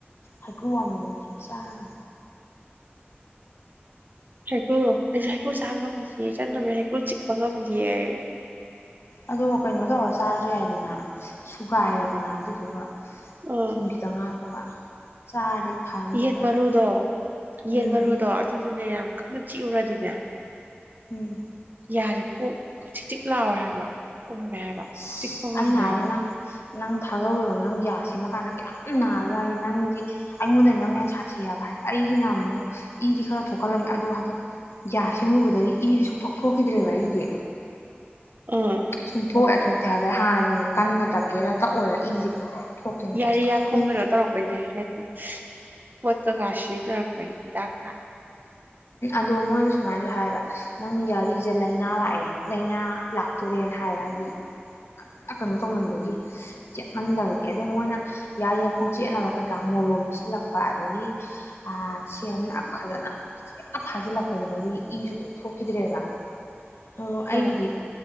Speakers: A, on the left; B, on the right.
A: ꯍꯩꯀ꯭ꯔꯨ ꯑꯃꯃꯝꯁꯤ ꯆꯥꯗ
B: ꯍꯒꯣ ꯑꯩ ꯃꯨꯔ ꯆꯥꯒ ꯃꯦꯁꯤ ꯏ ꯆꯅꯃꯤ ꯄꯨꯜ ꯆꯤꯄꯉ ꯃꯔ
A: ꯑꯗꯣ ꯀꯩꯅꯣ ꯇꯧꯔ ꯆꯥꯔꯁꯨ ꯌꯥꯏꯗꯅ ꯁꯨꯒꯥꯏꯔꯦꯗꯅ ꯑꯗꯨꯗꯨꯒ
B: ꯎ
A: ꯊꯨꯝ ꯈꯤꯇꯪ ꯍꯥꯞꯄꯒ ꯆꯥꯔꯗꯤ ꯐꯅꯤꯕ
B: ꯌꯦꯟ ꯃꯔꯨꯗꯣ
A: ꯑꯗꯣ
B: ꯌꯦꯟ
A: ꯎꯝ
B: ꯃꯔꯨꯗꯣ ꯑꯗꯨꯗꯨꯅꯦ ꯌꯥꯝ ꯀꯟꯅ ꯆꯤꯛꯎꯨꯔꯗꯤꯅꯦ
A: ꯎꯝ
B: ꯌꯥꯁꯦ ꯀꯣꯛ ꯆꯛ ꯆꯤꯛ ꯂꯥꯎꯋꯦ ꯍꯥꯏꯕ ꯀꯨꯝꯃꯦꯦꯕ
A: ꯑꯁ
B: ꯆꯤꯛꯒꯗꯔ
A: ꯑꯩꯅ ꯍꯥꯏꯗꯤ ꯅꯪ ꯅꯪ ꯊꯥꯖꯧꯋꯦꯣ ꯅꯪ ꯌꯥ ꯁꯦꯝꯃ ꯀꯥꯟꯗ ꯀꯌꯥꯝ ꯅꯥꯔꯒ ꯍꯥꯏꯗꯤ ꯅꯪꯗꯤ ꯑꯩꯉꯣꯟꯗꯩ ꯅꯪ ꯍꯦꯟꯅ ꯁꯥꯊꯤ ꯍꯥꯏꯕ ꯍꯥꯏꯗꯤ ꯑꯩꯒꯤꯅ ꯑꯃꯨꯛ ꯏꯗꯤ ꯈꯔ ꯊꯣꯛꯍꯜꯂꯝꯃꯦ ꯑꯗꯨ ꯍꯟꯗꯛ ꯌꯥꯏ ꯁꯤꯡꯎꯨꯕꯗꯒꯤ ꯏꯗꯤ ꯁꯨꯡꯛꯇꯣꯛꯈꯤꯗ ꯭ꯔꯦꯕꯗꯦ
B: ꯑꯥ
A: ꯁꯨꯊꯣ ꯇꯊꯣꯛꯇꯦ ꯍꯥꯏꯕꯩ ꯍꯥꯟꯅꯗꯤꯅꯦ ꯀꯟꯅ ꯇꯛꯀꯦꯔ ꯇꯛꯑꯣꯔ ꯏꯁꯦ ꯄꯨꯔ ꯊꯣꯛꯇꯣꯏꯅꯤ
B: ꯌꯥꯔꯤ
A: ꯕ꯭ꯔꯁ ꯇꯧꯔꯤ
B: ꯌꯥ ꯈꯣꯡ
A: ꯈꯨꯗꯤꯡꯒꯤ
B: ꯀꯩꯅꯣ ꯇꯧꯔꯛꯄꯩꯁꯦ ꯍꯥꯏꯗꯤ ꯃꯣꯠꯀ ꯈꯁꯤꯅꯔꯗ
A: ꯑꯗꯣ ꯃꯣꯏꯅ ꯁꯨꯃꯥꯏꯅꯁꯨ ꯍꯥꯏꯕ ꯅꯪ ꯌꯥꯔꯤꯁꯦ ꯂꯥꯏꯅꯥ ꯂꯥꯛꯑꯦ ꯂꯥꯏꯅꯥ ꯂꯥꯛꯇꯣꯔꯦꯅ ꯍꯥꯏꯕ ꯍꯥꯏꯗꯤ ꯀꯩꯅꯣ ꯇꯧꯃꯟꯕꯒꯤ ꯆꯦꯠꯃꯟꯗꯕꯒꯤ ꯑꯗꯨ ꯃꯣꯏꯅ ꯌꯥꯔꯤ ꯈꯣꯡꯆꯦꯠꯅꯕ ꯀꯩꯀꯥ ꯃꯣꯔꯣꯝ ꯄꯤꯁꯤꯜꯂꯛꯄ ꯑꯗꯒꯤ ꯁꯦꯝꯅ ꯐꯖꯅ ꯐꯥꯖꯤꯜꯂꯛꯄꯗꯨꯗꯗꯤ ꯏꯁꯨ ꯀꯩ ꯊꯣꯛꯈꯤꯗ꯭ꯔꯦꯕ ꯑꯣ ꯑꯩꯒꯤꯗꯤ
B: ꯑ